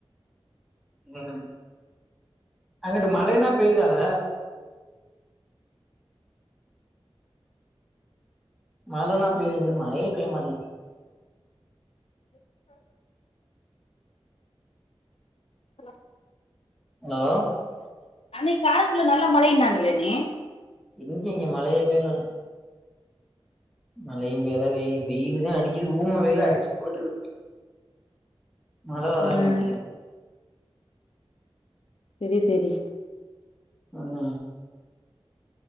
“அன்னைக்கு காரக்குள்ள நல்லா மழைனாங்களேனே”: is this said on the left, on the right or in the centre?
Left